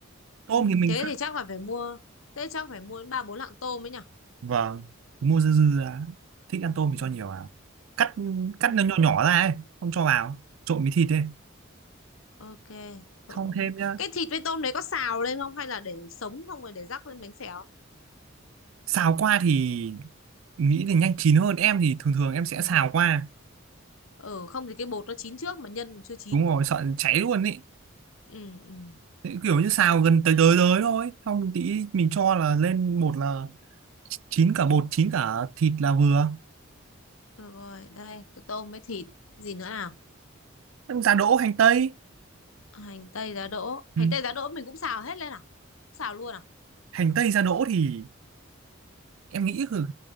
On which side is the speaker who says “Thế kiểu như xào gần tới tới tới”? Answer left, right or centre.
Right